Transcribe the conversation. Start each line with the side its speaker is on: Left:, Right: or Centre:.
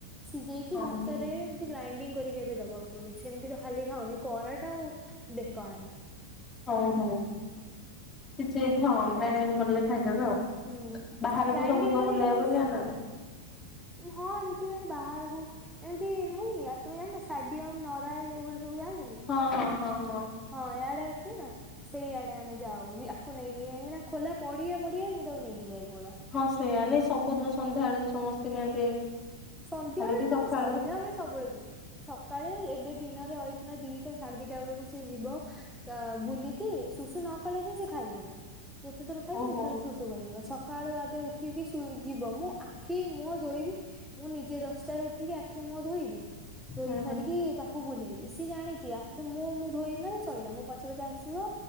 Centre: ସିଝେଇକି
Left: ହଁ
Centre: ଭାତରେ ଗ୍ରାଇଣ୍ଡିଙ୍ଗ କରିକି ଏବେ ଦବାକୁ ପଡୁଛି ସେମିତି ତ ଖାଲି ଖାଉନି କରାଟ ଆଉ ବେକ ଆଣେ।
Left: ହଁ ହଉ କିଛି ହଁ ଗ୍ରାଇଣ୍ଡିଙ୍ଗ କରିଲେ ଖାଇଦେବେ ଆଉ।
Centre: ହୁଁ
Left: ବାହାରକୁ
Centre: ଗ୍ରାଇଣ୍ଡିଙ୍ଗ
Left: ସବୁ ଦିନ
Centre: କରିକି
Left: ବୁଲେଇବାକୁ
Centre: ତାକୁ
Left: ନିଏନା।
Centre: ହଁ ଏମିତି ମାନେ ବାହାରକୁ ଏମତି ନାଇଁ ତମେ ଜାଣିନ ଷ୍ଟାଡିୟମ ନ ପ୍ରାୟ ସେଭଳି ସବୁ ଯାଆନ୍ତିନି
Left: ହଁ ହଁ ହଁ ହଁ।
Centre: ହଁ ଇଆଡେ ଅଛି ନା ସେଇଆଡେ ଆମେ ଯାଉ ଆକୁ ନେଇକି କାହିଁକିନା ଖୋଲା ପଡିଆ ଫଡିଆ ମୁଁ ତାକୁ ନେଇକି ଯାଇକି ପୁରା
Left: ହଁ ସେଇୟା ନାଇଁ ସବୁ ଦିନ ସନ୍ଧ୍ୟା ଆଳେ ଯୋଉ ସମସ୍ତେ ନିଅନ୍ତି
Centre: ସନ୍ଧ୍ୟାବେଳେ
Left: କି
Centre: ତ
Left: ସକାଳେ
Centre: ସନ୍ଧ୍ୟାବେଳେ ସବୁବେଳେ ବୁଲୁଛି ସ କାଳେ ଏବେ ଦିନରେ ରହିକିନା ଦିଟା ସାଢ଼େ ଦିଟା ବେଳକୁ ସେ ଯିବ। କା ବୁଲିକି ଶୁଶୁ ନ କଲା ଯାଏଁ ସେ ଖାଇବନି ଯେତେଥର ଖାଇବ
Left: ଓହୋ
Centre: ସେତେଥର ଶୁଶୁ କରିବ ସକାଳୁ ଆଗେ ଉଠିକି ସ୍କୁଲ ଯିବ ମୁଁ ଆଖି ମୁହଁ ଧୋଇବି ମୁଁ ନିଜେ ଦଶଟାରୁ ଉଠିକି ଆଖି ମୁହଁ ଧୋଇବି। ଧୋଇ
Left: ହୁଁ ହୁଁ
Centre: ସାରିକି ତାକୁ ବୁଲେଇବି ସିଏ ଜାଣିଛି ଆଖି ମୁହଁ ମୁଁ ଧୋଇବି ମାନେ ସରିଲା ମୋ ପଛେ ପଛେ ଆସିବ